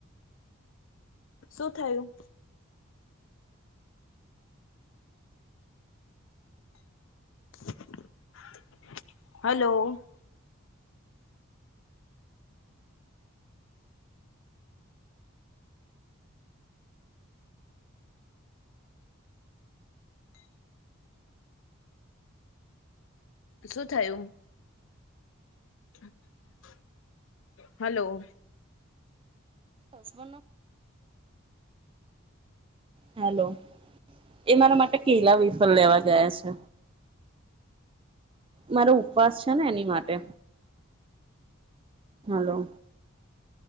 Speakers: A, on the left; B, on the right.
A: શું થયું? <inaudible> હલો. શું થયું? <inaudible> હલો.
B: <inaudible> હલો એ મારા માટે કેલા વેફર લેવા ગયા છે. મારો ઉપવાસ છે ને એની માટે, હલો